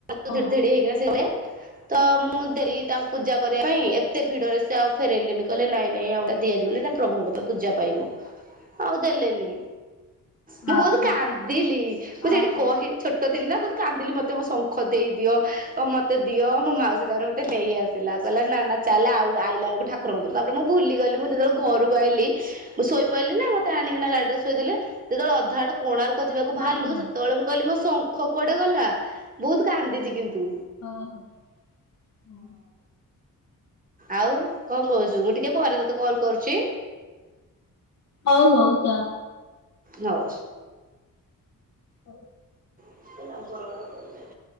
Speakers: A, on the right (about 25°); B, on the left (about 50°).
A: ଧେଡ୍
B: ଓ
A: ଧେଡ୍ ହେଇକିନା ସେ <unintelligible> ତ ମୁଁ ଦେଲି ତାଙ୍କୁ ପୂଜା କରିବା ପାଇଁ ଏତେ ଭିଡ଼ରେ ସେ ଆଉ ଫେରେଇଲେନି କହିଲେ ନାଇଁ ନାଇଁ ଆଉ ଏଟା ଦିଆଯିବନି ତ। ପ୍ରଭୁଙ୍କ ପା ପୂଜା ପାଇବ ଆଉ ଦେଲେନି। ମୁଁ
B: ଆଚ୍ଛା
A: ବହୁତ କାନ୍ଦିଲି
B: ଆଚ୍ଛା
A: ମୁଁ
B: ଓହୋ
A: ସେଠି କହି ଛୋଟ ଥିଲି ନା ବହୁତ କାନ୍ଦିଲି ମୋତେ ମୋ ଶଙ୍ଖ ଙ୍ଖ ଦେଇ ଦିଅ ମୋତେ ଦିଅ ମୋ ମାଉସୀ ତାପରେ ମୋତେ ନେଇ ଆସିଲା କହିଲା ନା ନା। ଚାଲେ ଆଉ ଆଇଲା ବେଳକୁ ଠାକୁରଙ୍କ ତାରେ ମୁଁ ଭୁଲି ଗଲି ମୁଁ ଯେତେବେଳେ ଘରକୁ ଆଇଲି ମୁଁ ଶୋଇପଇଲି ନା ମୋତେ ଆଣିକି ନା ଗାଡି ରେ ଶୋଇଦେଲେ ଯେତେବେଳେ ଅଧା ଆଡୁ କୋଣାର୍କ ଯିବାକୁ
B: ହଁ
A: ବାହାରିଲୁ
B: ହଁ ହଁ
A: ସେତେବେଳେ ମୁଁ କହିଲି ମୋ ଶଙ୍ଖ କୁଆଡେ ଗଲା ବହୁତ କାନ୍ଦିଚି କିନ୍ତୁ
B: ଓହୋ ହଁ।
A: ଆଉ କଣ କହୁଛୁ ମୁଁ ଟିକେ ପରେ ତୋତେ କଲ କରୁଛି?
B: ହଉ ହଉ ଚା।
A: ହଉ।
B: ହଉ।
A: <inaudible>